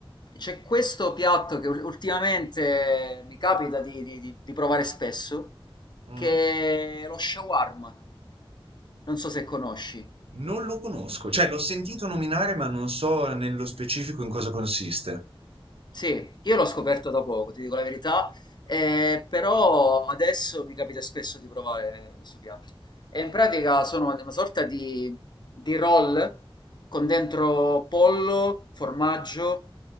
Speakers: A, on the left; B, on the right.
A: c'è questo piatto che ul- ultimamente mi capita di, di- di- di provare spesso,
B: Mm?
A: che è lo shawarma. Non so se conosci.
B: Non lo conosco, cioè l'ho sentito nominare, ma non so nello specifico in cosa consiste.
A: Sì, io l'ho scoperto da poco, ti dico la verità, eh, però adesso mi capita spesso di provare questo piatto. E in pratica sono una sorta di, di roll con dentro pollo, formaggio